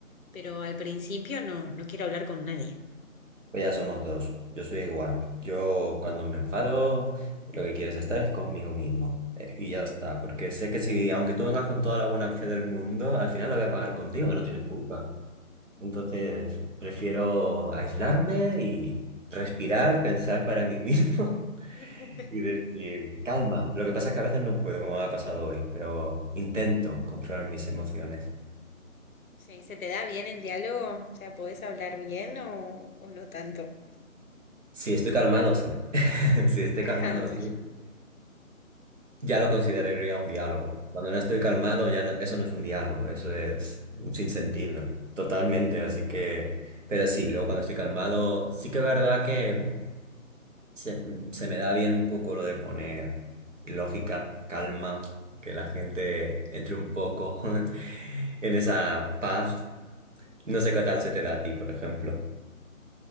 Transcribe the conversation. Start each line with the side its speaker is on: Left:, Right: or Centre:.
Left: pero al principio no, no quiero hablar con nadie.
Right: Pues Ya somos dos. Yo soy igual. Yo cuando me enfado, lo que quieres estar es conmigo mismo. Eh, Y ya está. Porque sé que si, aunque tú vengas con toda la buena fe del mundo, al final lo voy a pagar contigo, que no tienes culpa. Entonces, prefiero aislarme y respirar, pensar para mí mismo
Left: <laughs>
Right: <laughs> y decir, calma. Lo que pasa es que a veces no puedo, como me ha pasado hoy, pero intento controlar mis emociones.
Left: Sí, ¿se te da bien el diálogo? O sea, ¿podés hablar bien o, o no tanto?
Right: Si estoy calmado, sí. <laughs> Si estoy
Left: <laughs> Ajá,
Right: calmado,
Left: bueno.
Right: sí. Ya lo consideraría un diálogo. Cuando no estoy calmado, ya no- eso no es un diálogo, eso es un sinsentido, totalmente. Así que, pero sí, luego cuando estoy calmado, sí que es verdad que se, se me da bien un poco lo de poner lógica, calma, que la gente entre un poco <laughs> en esa paz. No sé qué tal se te da a ti, por ejemplo.